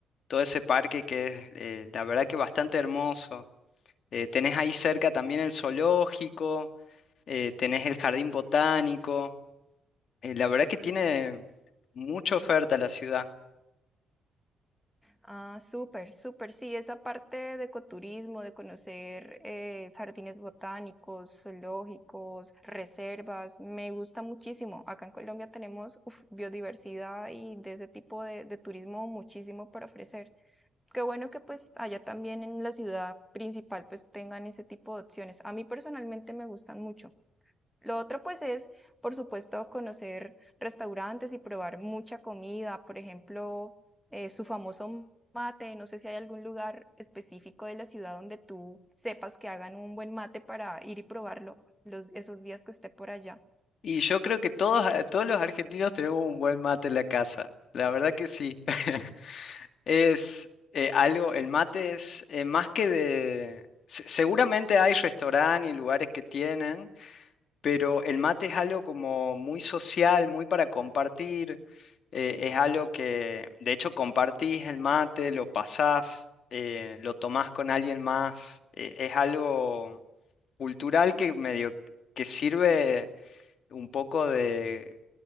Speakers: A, on the left (about 60°); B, in the centre.
A: todo ese parque que es, eh, la verdad que bastante hermoso. Eh, tenés ahí cerca también el zoológico, eh, tenés el jardín botánico. Eh, la verdad que tiene mucha oferta la ciudad.
B: Ah, súper, súper, sí, esa parte de ecoturismo, de conocer eh, jardines botánicos, zoológicos, reservas, me gusta muchísimo. Acá en Colombia tenemos uf, biodiversidad y de ese tipo de de turismo muchísimo para ofrecer. Qué bueno que pues allá también en la ciudad principal pues tengan ese tipo de opciones. A mí personalmente me gustan mucho. Lo otro pues es, por supuesto, conocer restaurantes y probar mucha comida, por ejemplo, eh, su famoso mate. No sé si hay algún lugar específico de la ciudad donde tú sepas que hagan un buen mate para ir y probarlo los, esos días que esté por allá.
A: Y yo creo que todos, eh, todos los argentinos tenemos un buen mate en la casa. La verdad que sí. <laughs> Es eh, algo, el mate es eh, más que de... se- Seguramente hay restaurantes y lugares que tienen, pero el mate es algo como muy social, muy para compartir, eh, es algo que de hecho compartís el mate, lo pasás, eh, lo tomás con alguien más, eh, es algo cultural que medio que sirve un poco de